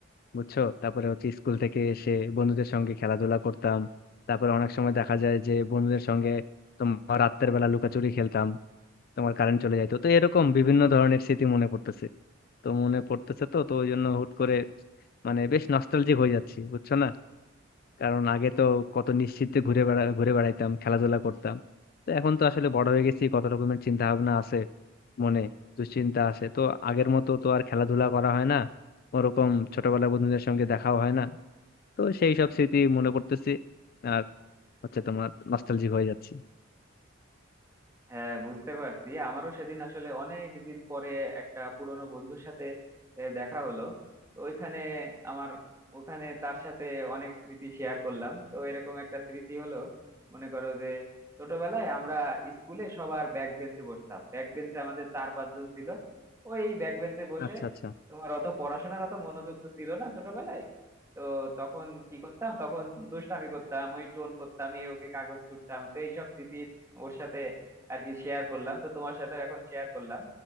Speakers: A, on the left; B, on the right.
A: বুঝছো তারপরে হচ্ছে স্কুল থেকে এসে বন্ধুদের সঙ্গে খেলাধুলা করতাম তারপরে অনেক সময় দেখা যায় যে বন্ধুদের সঙ্গে তোমার রাতের বেলা লুকাচুরি খেলতাম তোমার কারেন্ট চলে যাইতো তো এরকম বিভিন্ন ধরনের স্মৃতি মনে পড়তেছে তো মনে পড়তেছে তো তো ওই জন্য হুট করে মানে বেশ নস্টালজিক হয়ে যাচ্ছি বুঝছো না কারণ আগে তো কত নিশ্চিন্তে ঘুরে বেড়া ঘুরে বেড়াইতাম খেলাধুলা করতাম তো এখন তো আসলে বড় হয়ে গেছি কত রকমের চিন্তা ভাবনা আছে মনে দুশ্চিন্তা আছে তো আগের মতো তো আর খেলাধুলা করা হয় না ওরকম ছোটবেলার বন্ধুদের সঙ্গে দেখাও হয় না তো সেই সব স্মৃতি মনে করতেছি আর হচ্ছে তোমার নস্টালজিক হয়ে যাচ্ছি
B: হ্যাঁ বুঝতে পারছি আমারও সেদিন আসলে অনেক দিন পরে একটা পুরনো বন্ধুর সাথে এ, দেখা হলো তো ওইখানে আমার ওখানে তার সাথে অনেক স্মৃতি শেয়ার করলাম তো এরকম একটা স্মৃতি হলো মনে করো যে ছোটবেলায় আমরা স্কুলে সবার ব্যাক বেঞ্চে বসতাম ব্যাক বেঞ্চে আমাদের চার পাঁচজন ছিল ওই ব্যাক বেঞ্চে বসে
A: আচ্ছা আচ্ছা
B: তোমার অত পড়াশোনার অত মনোযোগ তো ছিল না ছোটবেলায় তো তখন কি করতাম তখন দুষ্টামি করতাম ওই টোন করতাম এই ওকে কাগজ ছুঁড়তাম তো এইসব স্মৃতি ওর সাথে আর কি শেয়ার করলাম তো তোমার সাথে এখন শেয়ার করলাম